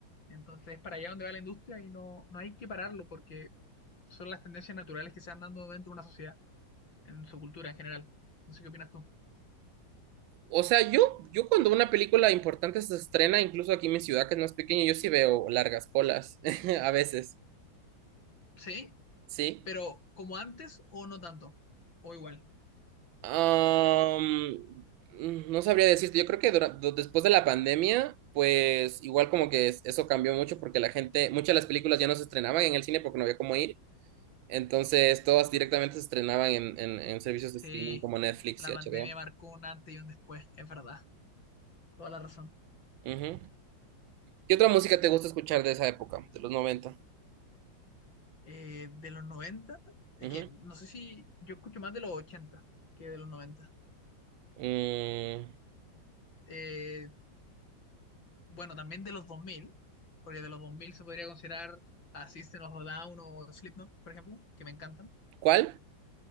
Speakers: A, on the left; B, on the right.
A: Entonces, es para allá donde va la industria y no, no hay que pararlo porque son las tendencias naturales que se van dando dentro de una sociedad, en su cultura en general. No sé qué opinas tú.
B: O sea, yo, yo cuando una película importante se estrena, incluso aquí en mi ciudad, que no es pequeña, yo sí veo largas colas, <laughs> a veces,
A: Sí,
B: ¿sí?
A: pero como antes o no tanto, o igual.
B: Am, no sabría decirte, yo creo que dura- do- después de la pandemia, pues igual como que es- eso cambió mucho porque la gente, muchas de las películas ya no se estrenaban en el cine porque no había cómo ir, entonces todas directamente se estrenaban en, en, en servicios
A: Sí,
B: de streaming como Netflix
A: la
B: y
A: pandemia
B: HBO.
A: marcó un antes y un después, es verdad, toda la razón.
B: Ujú. ¿Qué otra música te gusta escuchar de esa época, de los noventa?
A: Eh, de los 90 es
B: Ujú.
A: que no sé si yo escucho más de los 80 que de los 90.
B: Mm,
A: eh, bueno, también de los 2000 porque de los 2000 se podría considerar a System of a Down o Slipknot, por ejemplo, que me encantan.
B: ¿cuál?